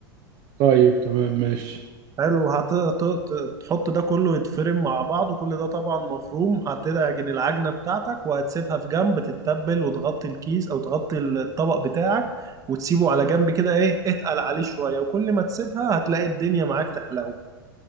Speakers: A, on the right; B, on the right.
A: طيب تمام ماشي
B: حلو هتحط ده كله يتفرم مع بعض وكل ده طبعا مفروم هتعجن العجنة بتاعتك وهتسيبها في جنب تتبل وتغطي الكيس او تغطي الطبق بتاعك وتسيبه على جنب كده ايه اتقل عليه شوية وكل ما تسيبها هتلاقي الدنيا معاك تحلو